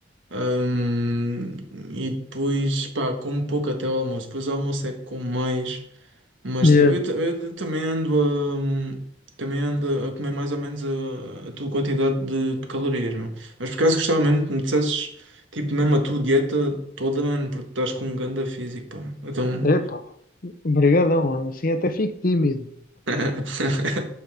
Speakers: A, on the right (about 80°); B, on the left (about 45°).
A: hum, e depois, pá, como pouco até ao almoço. Depois ao almoço é que como mais, Mas
B: é
A: eu, eu ta- eu também ando a, hum, também ando a comer mais ou menos a, a tua quantidade de, de calorias, meu. Mas por acaso gostava mesmo que me dissesses, tipo, mesmo a tua dieta toda, mano, porque estás com um ganda físico, pá. Então.
B: Epá, brigadão, assim até fico tímido.
A: <laughs>